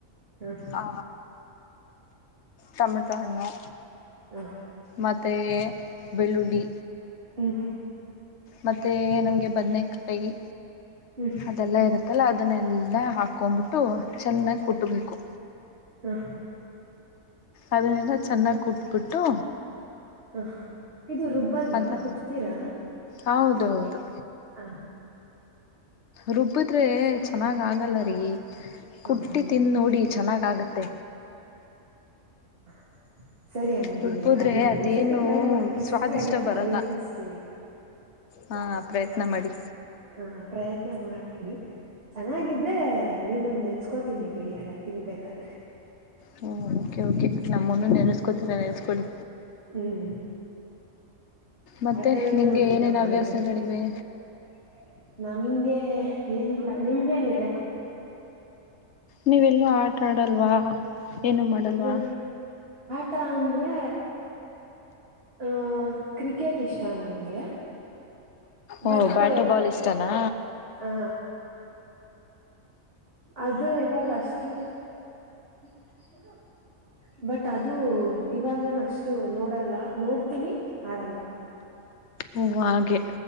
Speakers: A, on the right; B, on the left.
A: ಹ
B: ಆ ತಮಿ ತ ಅಣ್ಣು
A: ಹ
B: ಮತ್ತುತ ಬೆಲುಳಿ
A: ಹ್ಮ್
B: ಮತ್ತೆ ನಮ್ಗೆ ಬದ್ನ ಕಾಯಿ
A: ಹ್ಮ್
B: ಅದೆಲ್ಲ ಇರುತ್ತಲ್ಲ ಅದನ್ನೆಲ್ಲ ಹಾಕ್ಕೊ್ಂಬಿಟ್ಟು ಚೆನ್ನಾಗಿ ಕುಟುಂಕೋ.
A: ಹಾ.
B: ಅದನ್ನೆಲ್ಲ ಚೆನ್ನಾಗಿ ಕುಟ್ಬಿಟ್ಟು
A: ಹ ಇದು ರುಬ್ಬಲ್ವಾ
B: ಅದ
A: ಕುಟ್ತೀರಾ
B: ಹೌದೌದು
A: ಹ
B: ರುಬ್ಬದ್ರೆ ಚೆನ್ನಾಗ್ ಆಗಲ್ಲ
A: ಹ್ಮ್
B: ರೀ ಕುಟ್ಟಿ
A: ಓ ಹೌದಾ
B: ತಿದ ನೋಡಿ ಚೆನ್ನಾಗ್ ಆಗ <unintelligible>
A: ಉ <unintelligible> ಸರಿ ಹಂಗಿದ್ರೆ
B: ರುಬ್ಬಿದ್ರೆ
A: ಹಾಗಿದ್ರೆ
B: ಅದೇನು
A: ಈ ಸತಿ ಟ್ರೈ ಈ
B: ಸ್ವಾದಿಷ್ಟ
A: ಸತಿ ಅದನ್ನ
B: ಬರಲ್ಲ
A: ಪ್ರಯತ್ನಿಸ್ತೀನಿ
B: ಹಾ ಪ್ರಯತ್ನ ಮಾಡಿ
A: ಹ ಪ್ರಯತ್ನ ಮಾಡ್ತ <unintelligible> ಚೆನ್ನಾಗಿದ್ರೆ ನಿಮ್ಮಂದ ನೆನ್ಸ್ಕೋತೀನಿ ಬಿಡಿಯಾಗ ತಿನ್ಬೇಕಾದ್ರೆ.
B: ಹ್ಞೂ ಓಕೆ ಓಕೆ ನಮ್ಮನ್ನು ನೆನೆಸ್ಕೋತೀರ
A: ಹ್ಮ್
B: ನೆನೆಸ್ಕೊಳ್ಳಿ.
A: ಹ್ಮ್
B: ಮತ್ತೆ
A: ಆತರದ್ದು
B: ನಿಮ್ಗೆ
A: ಒಂದ ದಿನ
B: ಏನೇನ್
A: ಬರುತ್ತೆ
B: ಹವ್ಯಾಸಗಳಿವೆ
A: <inaudible> ನಮ್ಗೆ. ಏನಿಲ್ಲ ನಿಮ್ಗೇನಿದೆ.
B: ನೀವೆಲ್ಲೂ ಆಟ ಆಡಲ್ವಾ ಏನು ಮಾಡಲ್ವಾ.
A: ಹ ಆಟ ಅಂದ್ರೆ ಆಹ ಕ್ರಿಕೆಟ್ ಇಷ್ಟ ನಮ್ಗೆ.
B: ಓ
A: ಬಟ್
B: ಬ್ಯಾಟು ಬಾಲ್ ಇಷ್ಟನಾ
A: ಹಾ. ಅದು ಇವಾಗ ಅಷ್ಟು. <inaudible> ಬಟ್ ಅದು ಇವಾಗ ನಾನ ಅಷ್ಟು ನೋಡಲ್ಲ ನೋಡ್ತೀನಿ ಆಡಲ್ಲ.
B: ಓ ಹಾಗೆ